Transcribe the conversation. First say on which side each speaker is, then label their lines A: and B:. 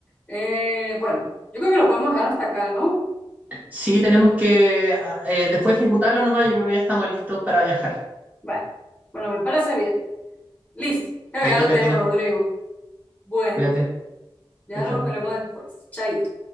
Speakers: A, on the left; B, on the right.
A: Eh, bueno, yo creo que lo podemos dejar hasta acá, ¿no?
B: Sí, tenemos que ah, eh, después ejecutarlo nomás. Yo creo que ya estamos listos para viajar.
A: Bueno, bueno, me parece bien. Listo. Creo
B: Chaito,
A: que ya lo
B: Katiana.
A: tenemos, Rodrigo. Bueno,
B: Cuídate.
A: ya
B: Chao, chao.
A: nos veremos después. Chaito.